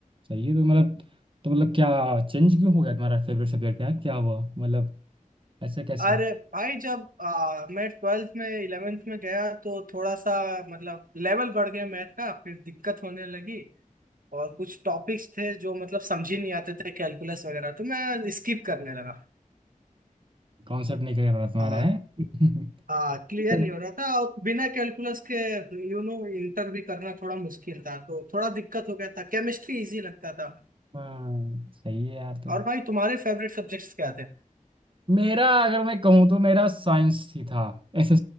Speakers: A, on the right; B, on the right.
A: सही है तो मतलब तो मतलब क्या चेंज क्यों हो गया तुम्हारा फेवरेट सब्जेक्ट क्या क्या हुआ मतलब ऐसे कैसे
B: अरे भाई जब आ, मैं ट्वेल्थ में इलेवेंथ में गया तो थोड़ा सा मतलब लेवल बढ़ गया मैथ का फिर दिक्कत होने लगी और कुछ टॉपिक्स थे जो मतलब समझ ही नहीं आते थे कैलकुलस वगैरह तो मैं स्किप करने लगा
A: कॉन्सेप्ट नहीं क्लियर हो रहा तुम्हारा
B: हाँ
A: है <laughs>
B: हाँ क्लियर
A: चलो।
B: नहीं हो रहा था और बिना कैलकुलस के यू नो इंटर भी करना थोड़ा मुश्किल था तो थोड़ा दिक्कत हो गया था केमिस्ट्री इजी लगता था
A: हाँ सही है यार तो
B: और भाई तुम्हारे फेवरेट सब्जेक्ट्स क्या थे
A: मेरा अगर मैं कहूँ तो मेरा साइंस ही था ऐसे